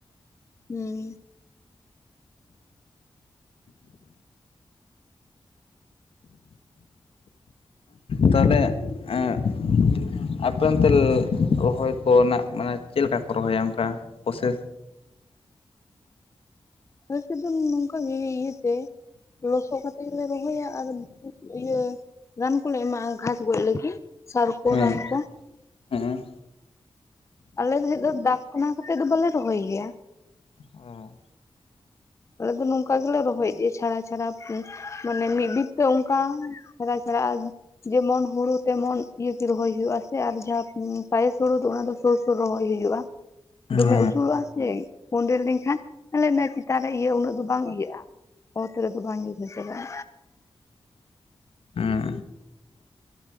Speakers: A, on the left; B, on the left.
A: ᱦᱩᱸᱻ
B: ᱛᱟᱦᱚᱞᱮ ᱮᱸᱜᱼᱼ ᱦᱟᱯᱮ ᱚᱱᱛᱮ ᱨᱚᱦᱚᱭ ᱠᱚᱨᱮᱱᱟᱜ ᱢᱟᱱᱮ ᱪᱮᱫᱠᱟ ᱠᱚ ᱨᱚᱦᱚᱭᱟ ᱚᱱᱠᱟ ᱯᱨᱚᱥᱮᱥ?
A: ᱟᱹᱥᱤ ᱫᱚ ᱱᱚᱝᱠᱟ ᱜᱮ ᱤᱭᱟᱹᱛᱮ ᱞᱚᱥᱚᱜ ᱠᱟᱛᱮ ᱜᱮᱞᱮ ᱨᱚᱦᱚᱭᱟ ᱟᱨᱼᱼ ᱤᱭᱟᱹ ᱨᱟᱱ ᱠᱚᱞᱮ ᱮᱢᱟᱜᱼᱟ ᱜᱷᱟᱥ ᱜᱚᱡ ᱞᱟᱹᱜᱤᱫᱼᱼ ᱥᱟᱨ ᱠᱚ,
B: ᱦᱮᱸ
A: ᱨᱟᱱ ᱠᱚ,
B: ᱦᱮᱸ
A: ᱟᱞᱮ ᱥᱮᱡ ᱫᱟᱜᱼᱼ ᱚᱱᱟ ᱠᱟᱛᱮᱫ ᱫᱚ ᱵᱟᱞᱮ ᱨᱚᱦᱚᱭ ᱜᱮᱭᱟ᱾
B: ᱦᱚᱸᱻ
A: ᱟᱞᱮ ᱫᱚ ᱱᱚᱝᱠᱟ ᱜᱮᱞᱮ ᱨᱚᱦᱚᱭ ᱤᱫᱤᱜᱤᱭᱟ ᱪᱷᱟᱲᱟ ᱪᱷᱟᱲᱟ ᱢᱟᱱᱮ ᱢᱤᱫ ᱵᱤᱛᱟᱹ ᱚᱝᱠᱟᱼᱼ ᱪᱷᱟᱲᱟ ᱪᱷᱟᱲᱟ ᱡᱮᱢᱚᱱ ᱦᱩᱲᱩ ᱛᱮᱢᱚᱱ ᱤᱭᱟᱹᱜᱤ ᱨᱚᱦᱚᱭ ᱦᱩᱭᱩᱜ ᱟᱥᱥᱮ ᱟᱨ ᱡᱟᱦᱟᱸ ᱯᱟᱭᱮᱥ ᱦᱩᱲᱩ ᱫᱚ ᱚᱱᱟ ᱫᱚ ᱥᱩᱨᱥᱳᱩᱨ ᱨᱚᱦᱚᱭ ᱦᱩᱭᱩᱜᱼᱟ᱾
B: ᱦᱮᱸ
A: ᱫᱚᱢᱮ ᱩᱥᱩᱞᱚᱜᱼᱟ ᱥᱮ ᱠᱚᱸᱰᱮᱞ ᱞᱮᱱᱠᱷᱟᱱᱼᱼ ᱛᱚᱞᱮ ᱚᱱᱟ ᱪᱮᱛᱟᱱ ᱨᱮ ᱤᱭᱟᱹ ᱩᱱᱟᱹᱜ ᱫᱚ ᱵᱟᱝ ᱤᱭᱟᱹᱜᱼᱟ ᱚᱛ ᱨᱮᱫᱚ ᱵᱟᱝ ᱤᱭᱟᱹᱟᱹ ᱪᱮᱨᱟᱜᱼᱟᱼᱼ <inaudible>
B: ᱦᱮᱸ